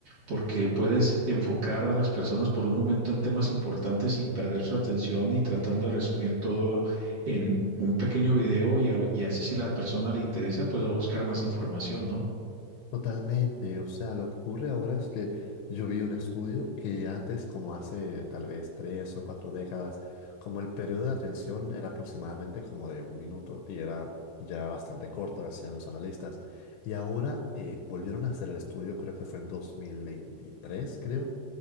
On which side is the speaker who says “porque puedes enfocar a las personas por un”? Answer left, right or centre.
Right